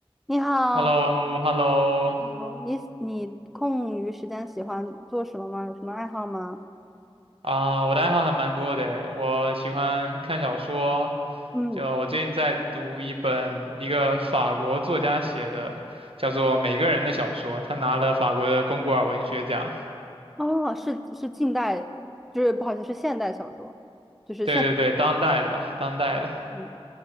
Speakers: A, in the centre; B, on the right.
A: 你好，
B: h e l l o h e l l o
A: 哦你你空余时间喜欢做什么吗？有什么爱好吗？
B: 啊，我的爱好还蛮多的，我喜欢看小说，
A: 嗯，
B: 就我最近在读一本一个法国作家写的，叫做《每个人的小说》，他拿了法国的龚古尔文学奖，
A: 哦，是是近代，就是不好意思，是现代小说，就是现，
B: 对对对，当代的吧，当代的，
A: 嗯